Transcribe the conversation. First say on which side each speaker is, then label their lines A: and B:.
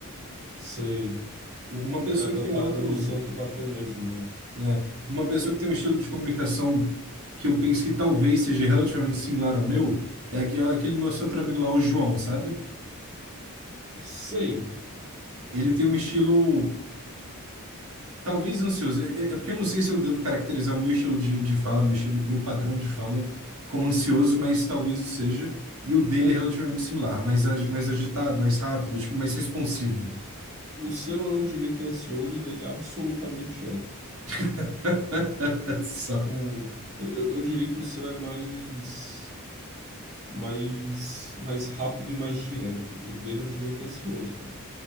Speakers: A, on the right (about 30°); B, on the right (about 65°).
A: Sei.
B: Uma pessoa
A: É aquela
B: que tem
A: parada
B: outro,
A: do santo bater mesmo, né?
B: né? Uma pessoa que tem um estilo de comunicação que eu penso que talvez seja relativamente similar ao meu, é aque- é aquele nosso outro amigo lá, o João, sabe?
A: Sei.
B: Ele tem um estilo Talvez ansioso. É, é- é porque eu não sei se eu devo caracterizar o meu estilo de, de fala, meu estilo, meu padrão de fala como ansioso, mas talvez o seja. E o dele
A: É,
B: é relativamente similar, mais, ag- mais agitado, mais rápido, tipo, mais responsivo.
A: o seu eu não diria que é ansioso, o dele absolutamente é.
B: <laughs> Só.
A: Tipo, eu, eu diria que o seu é mais, mais, mais rápido e mais direto. O dele eu diria que é ansioso, cara.